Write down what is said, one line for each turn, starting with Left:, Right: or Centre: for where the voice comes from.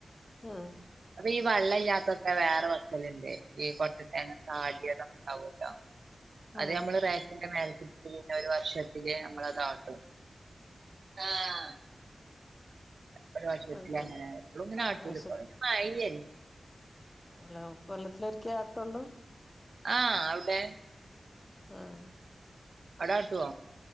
Left: ആഹ്
Right: അപ്പൊ ഈ വെള്ളല്ലാത്തൊക്കെ വേറെ വക്കല്ണ്ട്. ഈ കൊട്ടതേങ്ങ ചാടിയാതൊ‌ക്കെ ണ്ടാവോലോ
Left: <inaudible>
Right: അത്
Left: ആഹ്
Right: നമ്മള് റാക്കിന്റെ മേൽകിട്ടിട്ട് ഒരു വർഷത്തില് നമ്മൾ അതാട്ടും ആഹ് ഒരു വർഷത്തിലങ്ങനെ
Left: അങ്ങനെ
Right: എപ്പളു ങ്ങനാട്ടൂലപ്പൊ
Left: വർഷ
Right: പിന്നെ മഴീ അല്ലേ
Left: അല്ല കൊല്ലത്തിലൊ രി‌ക്കെആട്ടുള്ളൂ
Right: ആഹ് അവിടെ
Left: ആഹ്
Right: അവടാട്ടോ